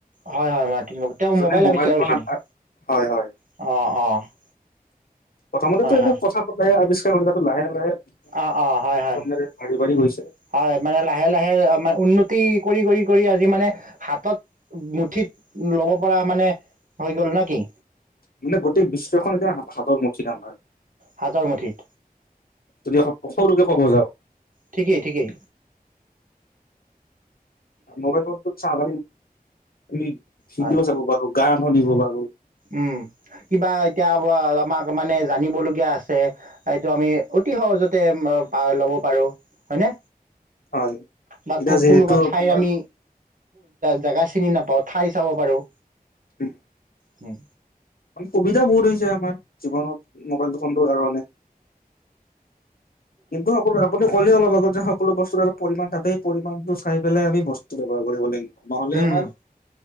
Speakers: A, on the right; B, on the left.
A: হয়-হয় মাৰ্টিন কুপাৰ তেওঁ
B: যোনে
A: মোবাইল আৱিষ্কাৰ
B: ফোন
A: কৰিছে নেকি,
B: আ- হয় হয়
A: অ', -অ',
B: প্ৰথমতেটো
A: হয়
B: এনে
A: হয়
B: কথা পতাই আৱিষ্কাৰ কৰি তাতো লাহে লাহে বিজ্ঞানৰ
A: অ', - অ', হয়-হয়-হয়
B: মাধ্যমেৰে বাঢ়ি বাঢ়ি গৈছে
A: মানে লাহে-লাহে মানে উন্নতি কৰি-কৰি-কৰি আজি মানে হাতত মুঠিত ল'ব পৰা মানে হৈ গ'ল নাকি
B: মানে গোটেই বিশ্বখনে যে হাতৰ মুঠিত আমাৰ।
A: হাতৰ মুঠিত
B: তুমি সৰুকে ক'ব যাওঁ
A: ঠিকেই-ঠিকেই।
B: মোবাইল ফোনটোত চাওক আমি ভিডিঅ'
A: হয়
B: চাব পাৰো, গান শুনিব পাৰোঁ
A: উম কিবা এতিয়া আমাক মানে জানিবলগীয়া আছে এইটো আমি অতি সহজতে ল'ব পাৰো হয়নে
B: হয়
A: বা
B: এতিয়া
A: ক
B: যিহেতু
A: কোনোবা
B: আপোনাৰ
A: ঠাইৰ আমি জোগা চিনি নাপাওঁ ঠাই চাব পাৰোঁ
B: <inaudible>
A: উম
B: মানে সুবিধা বহুত হৈছে আমাৰ জীৱনত মোবাইল ফোনটোৰ কাৰণে কিন্তু সকলো আপুনি ক'লে অলপ আগত যে সকলো বস্তু এটা পৰিমাণ থাকে সেই পৰিমাণটো চাই পেলাই আমি বস্তু ব্যৱহাৰ কৰিব লাগিব। নহ'লে
A: হম,
B: আমাৰ
A: হম,